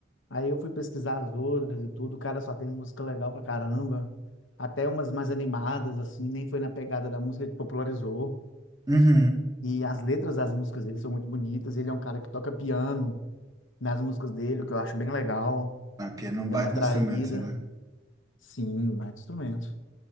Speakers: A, on the left; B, on the right.
A: Aí eu fui pesquisar as outras e tudo, o cara só tem música legal pra caramba, até umas mais animadas, assim, nem foi na pegada da música que popularizou.
B: uhum.
A: E as letras das músicas dele são muito bonitas. Ele é um cara que toca piano nas músicas dele, o que eu acho bem legal.
B: A pia não
A: Me deu
B: bate
A: uma atraída.
B: no instrumento, né?
A: Sim, um baita instrumento.